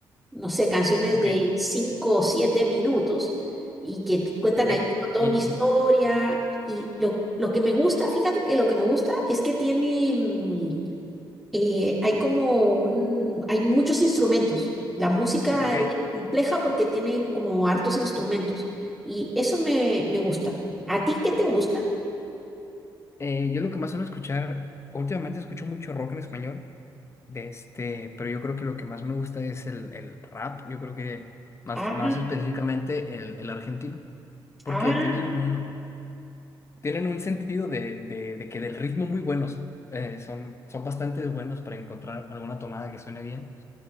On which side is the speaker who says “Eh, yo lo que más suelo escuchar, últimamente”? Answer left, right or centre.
Left